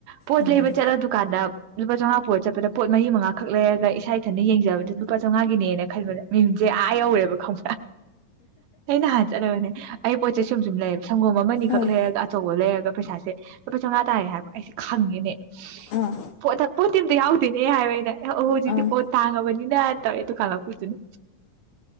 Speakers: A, on the right; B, on the left.
A: ꯄꯣꯠ
B: ꯎꯝ
A: ꯂꯩꯕ ꯆꯠꯂꯣ ꯗꯨꯀꯥꯟꯗ ꯂꯨꯄꯥ ꯆꯥꯝꯃꯉꯥ ꯄꯨꯔ ꯆꯠꯄ ꯄꯣꯠ ꯃꯔꯤ ꯃꯉꯥꯈꯛ ꯂꯩꯔꯒ ꯏꯁꯥ ꯏꯊꯟꯟꯅ ꯌꯦꯡꯖꯕꯗ ꯂꯨꯄꯥꯥꯝꯉꯥꯅꯦꯅ ꯈꯟꯕꯗ ꯃꯍꯨꯝꯁ ꯑꯥ ꯌꯧꯦꯕ ꯈꯪ ꯑꯩꯅ ꯍꯥꯏ ꯆꯠꯂꯕꯅꯦ ꯁꯨꯝ ꯁꯨꯝ ꯂꯩꯦ ꯁꯡꯒꯣꯝ ꯑꯃꯅꯤꯈꯛ
B: ꯑꯥ
A: ꯂꯩꯔꯒ ꯑꯆꯧꯕ ꯂꯩꯔꯒ ꯄꯩꯁꯥꯁꯦ ꯂꯨꯄꯥ ꯆꯥꯝꯃꯉꯥ ꯇꯥꯔ ꯍꯥꯏꯕ ꯑꯩꯁꯦ ꯈꯡꯉꯦꯅꯦ
B: ꯑꯥ
A: ꯄ ꯊꯥꯄꯨꯠ ꯇꯤꯝꯇ ꯌꯥꯎꯗꯦꯅꯦ ꯍꯥꯏꯕ ꯑꯩꯅ ꯍꯖꯤꯗꯤ
B: ꯑꯥ
A: ꯄꯣꯠ ꯊꯥꯡꯉꯕꯅꯤ ꯌꯥ ꯇꯦ ꯇꯣ ꯈꯥꯟ ꯄꯨꯗꯅ